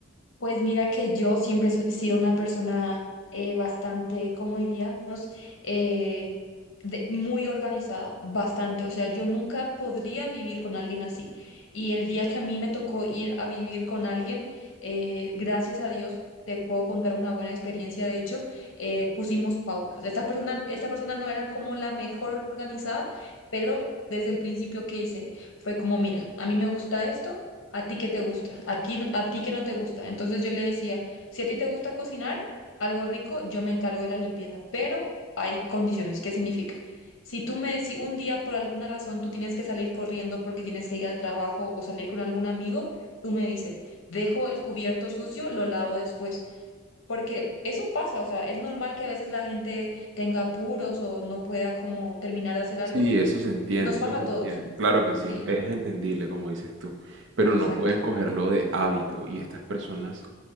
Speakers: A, on the left (about 70°); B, on the right (about 65°).
A: Pues mira que yo siempre he sido una persona eh, bastante, ¿cómo diríamos? Eh, de- muy organizada, bastante. O sea, yo nunca podría vivir con alguien así. Y el día que a mí me tocó ir a vivir con alguien, eh, gracias a Dios, te puedo contar una buena experiencia. De hecho, eh, pusimos pautas. Esta persona, esta persona no era como la mejor organizada, pero desde el principio que hice fue como, mira, a mí me gusta esto. ¿A ti qué te gusta? ¿A ti, a ti qué no te gusta? Entonces yo le decía, si a ti te gusta cocinar algo rico, yo me encargo de la limpieza, pero hay condiciones. ¿Qué significa? Si tú me decís un día por alguna razón tú tienes que salir corriendo porque tienes que ir al trabajo o salir con algún amigo, tú me dices, dejo el cubierto sucio, lo lavo después. Porque eso pasa, o sea, es normal que a veces la gente tenga apuros o no pueda como terminar de hacer algo.
B: Sí, eso se entiende,
A: Nos pasa
B: eso se
A: a
B: entiende,
A: todos.
B: claro que sí,
A: Sí,
B: es, es entendible, como dices tú, pero
A: exacto.
B: no pueden cogerlo de hábito y estas personas